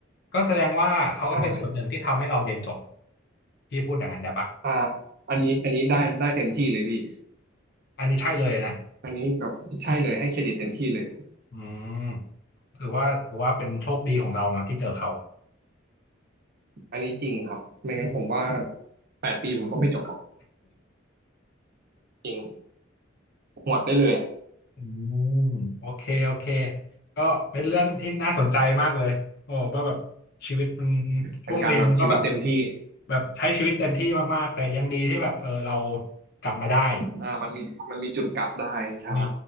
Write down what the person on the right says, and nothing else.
ใช่
อ่าอันนี้อันนี้ได้ได้เต็มที่เลยพี่
อันนี้แบบใช่เลยให้เครดิตเต็มที่เลย
อันนี้จริงครับไม่งั้นผมว่าแปดปีผมก็ไม่จบหรอกจริงหมดได้เลยอ่ะ
เป็นการแบบชีวิตเต็มที่
อ่ามันมีมันมีจุดกลับได้ใช่